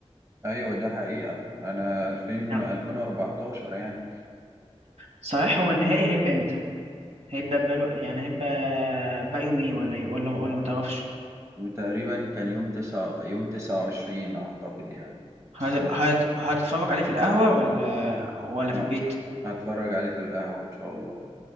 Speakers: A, on the right; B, on the right.
A: ايوه ده حقيقة انا 2000
B: يعني
A: 2014 يعني
B: صحيح هو النهائي هيبقى إمتى؟ هيبقى بقاله يعني هيبقى بقى يوم إيه ولا إيه ولا ولا متعرفش؟
A: تقريبا كان يوم تسعة يوم تسعة وعشرين أعتقد يعني
B: هت-
A: بس
B: هت- هتتفرج عليه في القهوة ولا ولا
A: آه،
B: في البيت؟
A: هتفرج عليه في القهوة إن شاء الله